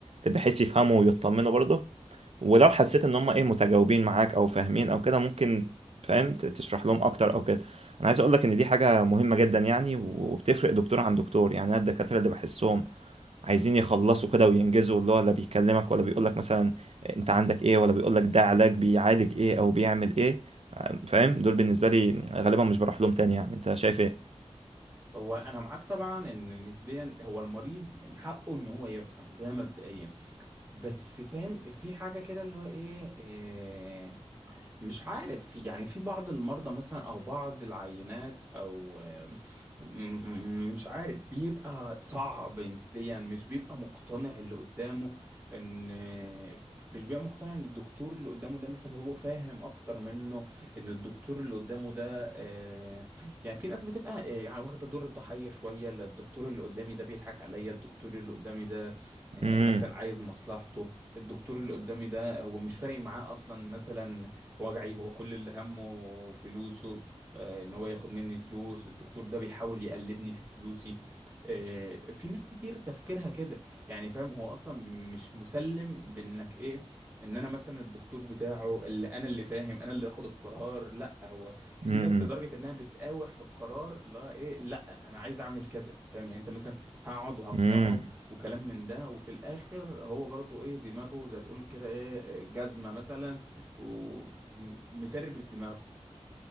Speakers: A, on the right; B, on the right.
A: بحيث يفهموا ويطمنوا برضه ولو حسيت ان هم ايه متجاوبين معاك او فاهمين او كده ممكن فاهم ت- تشرح لهم اكتر او كده انا عايز اقول لك ان دي حاجه مهمه جدا يعني وبتفرق دكتور عن دكتور يعني انا الدكاتره اللي بحسهم عايزين يخلصوا كده وينجزوا اللي هو لا بيكلمك ولا بيقول لك مثلا انت عندك ايه ولا بيقول لك ده علاج بيعالج ايه او بيعمل ايه فاهم دول بالنسبه لي غالبا مش بروح لهم تاني يعني انت شايف ايه
B: هو انا معاك طبعا ان نسبيا هو المريض من حقه ان هو يفهم ده مبدئيا بس فاهم في حاجة كده اللي هو ايه, إيه مش عارف يعني في بعض المرضى مثلا او بعض العينات او آم، م- مش عارف بيبقى صعب نسبيا مش بيبقى مقتنع اللي قدامه ان مش بيبقى مقتنع ان الدكتور اللي قدامه ده مثلا هو فاهم اكتر منه ان الدكتور اللي قدامه ده آه، يعني في ناس بتبقى آه، يعني واخده دور الضحيه شويه لا الدكتور اللي قدامي ده بيضحك عليا الدكتور اللي قدامي ده آه،
A: امم
B: مثلا عايز مصلحته الدكتور اللي قدامي ده هو مش فارق معاه اصلا مثلا وجعي هو كل اللي همه فلوسه آه، ان هو ياخد مني فلوس الدكتور ده بيحاول يقلبني في فلوسي آه، في ناس كتير تفكيرها كده يعني فاهم هو اصلا مش مسلم بانك ايه ان انا مثلا الدكتور بتاعه اللي انا اللي فاهم انا اللي اخد القرار لا هو في
A: امم
B: ناس لدرجة انها بتقاوح في القرار اللي هو ايه لا انا عايز اعمل كذا فاهم يعني انت مثلا هقعد وهقنعه
A: امم
B: وكلام من ده وفي الاخر هو برضو ايه دماغه زي تقول كده ايه جزمة مثلا ومتربس دماغه